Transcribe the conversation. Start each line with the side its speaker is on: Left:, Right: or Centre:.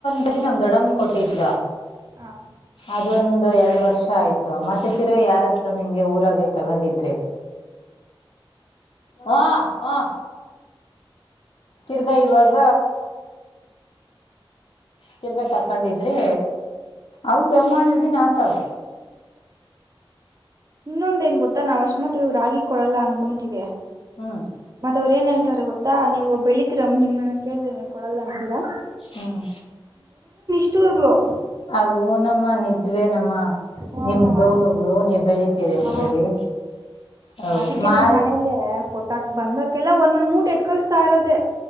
Left: Three <unintelligible> ನಮ ದೊಡ್ಡಮ್ಮ ಕೊಟ್ಟಿದ್ಲು
Right: ಹ
Left: ಅದೊಂದು ಎರಡು ವರ್ಷ ಆಯ್ತು ಮತ್ತೆ ತಿರ್ಗಿ ಯಾರತ್ರ ನಿಂಗೆ ಊರಾಗೆ ತಗೊಂಡಿದ್ರೆ ಹಾ ಹ ತಿರ್ಗಾಿ ಇವಾಗ ತಿರ್ಗಾ ತಕೊಂಡಿದ್ರೆ ಅವ ಬೆಮ್ಮಾಲ್ದನ್ ಆತಾವ್
Right: ಇನ್ನೊಂದಏನ್ ಗೊತ್ತಾ ನಾವ್ ಅಷ್ಟಮಾತ್ರ ಇವ್ ರಾಗಿ ಕೊಡಲ್ಲ ಅನ್ಕೊಂತೀವಿ
Left: ಹ್ಮ್
Right: ಮತ್ತತ್ ಅವ್್ರ ಏನ್ ಹೇಳ್ ಾರೆ ಗೊತ್ತಾ ನೀವು ಬೆಳಿತೀರ ನಿಮ್ಮನ್ನ ಕೇಳಿದ್ರವು ಕೊಡಲ್ಲ ಅಂತೀರಾ
Left: ಹ್ಮ
Right: ಬಿರ್ಲೋ <unintelligible>
Left: ಹು ನಮ್ಮ ನಿಜ ನೀವೇ ನಮ್ಮ
Right: ಹ
Left: ನಿಮ್ ದೋಲುಗಳು
Right: ಅದ
Left: ನೀವ್ ಬೆಳಿತೀರಿ ಅಂತೇಳಿ
Right: ಹ
Left: ಹೌ
Right: ಅದಕ್ಕೆ
Left: ಮಾರಿ
Right: ನಮ್ಮ್ ಮನೇಲ್ಲಿ ಕೊಟ್ಟಾಕ್ ಬಂದವರಗೆಲ್ಲ ಒಂದೊಂದ್ ಮೂಟೆ ಎತ್ ಕಳಸ್ತಾ ಇರೋದೆೇ